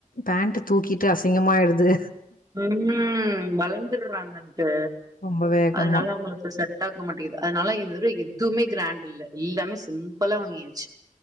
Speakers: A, on the left; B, on the right.
A: பேண்ட்டு தூக்கிட்டு அசிங்கமாயிருது
B: உஹிம் வளந்துர்றாங்கன்ட்டு
A: ரொம்ப வேகமா.
B: அதனால அவங்ளுக்கு செட்டாக்க மாட்டிக்கிது அதுனால இது வர எதுமே கிராண்ட் இல்ல எல்லாமே சிம்பிளா வாங்கியாச்சு